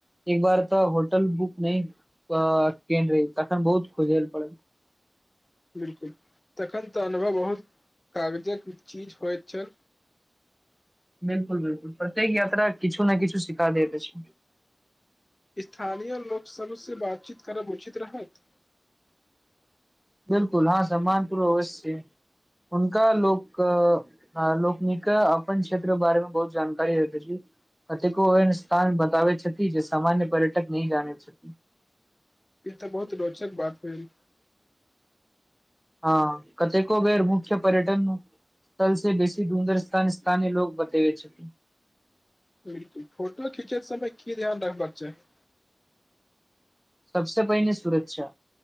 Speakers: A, in the centre; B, on the left.
A: एक बार तऽ होटल बुक नय केने रही तखन बहुत खोजेल पड़ल।
B: बिल्कुल, तखन तऽ अनुभव बहुत कागजक चीज होइत छल।
A: बिल्कुल- बिल्कुल प्रत्येक यात्रा किछु ने किछु सिखा देत अछि।
B: स्थानीय लोक सब स बातचीत करब उचित रहत।
A: बिल्कुल हँ सम्मानपुर अवश्य हुनका लोक ह लोकनिक अपन क्षेत्र बारे मे बहुत जानकारी रहैत अछि। कतेको एहन स्थान बताबै छथि जे सामन्य पर्यटक नै जानै छथि।
B: इ तऽ बहुत रोचक बात भेल।
A: ह कतेको बेर मुख्य पर्यटन से बेसी सुन्दर स्थ -स्थानीय लोको बतेबय छथिन।
B: बिल्कुल। फोटो खीचै समय की ध्यान रखबाक चाही।
A: सबस पहिने सुरक्षा।